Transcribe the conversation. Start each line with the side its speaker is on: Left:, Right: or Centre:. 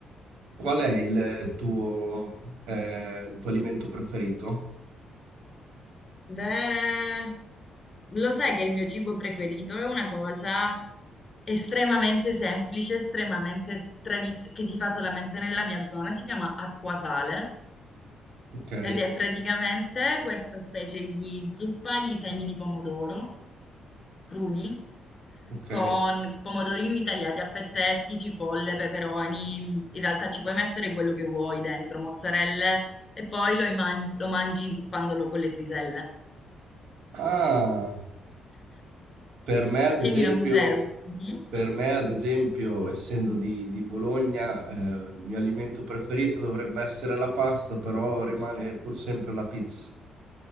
Right: Qual è il tuo, eh, il tuo alimento preferito?
Left: Beh, lo sai che il mio cibo preferito è una cosa estremamente semplice, estremamente tradizionale, che si fa solamente nella mia zona, si chiama acquasale
Right: Ok,
Left: ed è praticamente questa specie di zuppa di semi di pomodoro crudi,
Right: ok.
Left: con pomodorini tagliati a pezzetti, cipolle, peperoni, in realtà ci puoi mettere quello che vuoi dentro, mozzarelle, e poi lo, iman- lo mangi inzuppandolo con le friselle.
Right: Ah, per me ad
Left: Quindi
Right: esempio...
Left: non mi serve. Mh-mh.
Right: Per me, ad esempio, essendo di, di Bologna, eh, il mio alimento preferito dovrebbe essere la pasta, però rimane pur sempre la pizza.